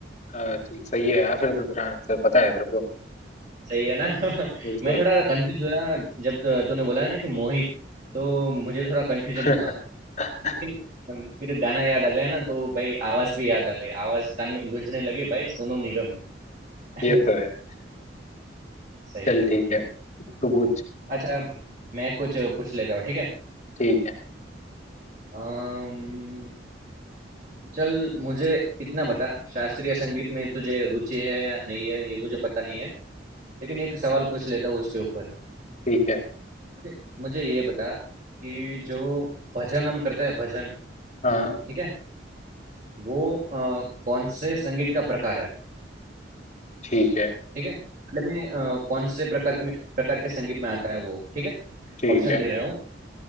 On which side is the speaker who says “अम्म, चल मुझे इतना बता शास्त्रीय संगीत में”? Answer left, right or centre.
Right